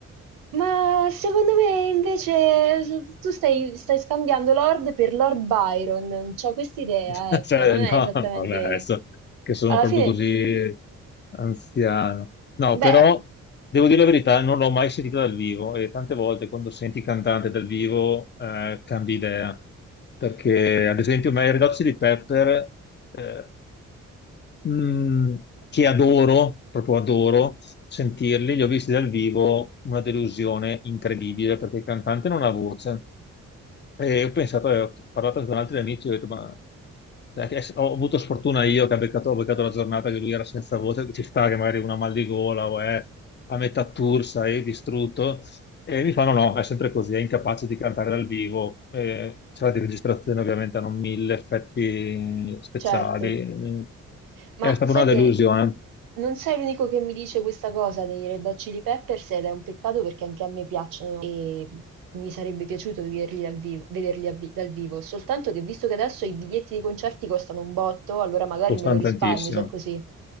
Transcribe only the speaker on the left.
<laughs>
Cioè,
no,
no, vabbè, adesso che sono
proprio
così anziano. No,
però, devo dire la verità, non l'ho mai sentita dal vivo e tante volte quando senti il cantante dal vivo eh, cambi idea. Perché, ad esempio, a me i Red Hot Chili Pepper eh, mh, che adoro, proprio adoro sentirli, li ho visti dal vivo, una delusione incredibile perché il cantante non ha voce. E ho pensato, eh, ho parlato con altri amici, ho detto, ma cioè, che- ho avuto sfortuna io che ha beccato, ho beccato la giornata che lui era senza voce, che ci sta che magari una mal di gola o è a metà tour, sai, distrutto. E mi fanno no, no, è sempre così, è incapace di cantare dal vivo. Eh, sala di registrazione ovviamente hanno mille effetti speciali.
È stata
una delusione.
Costano
tantissimo.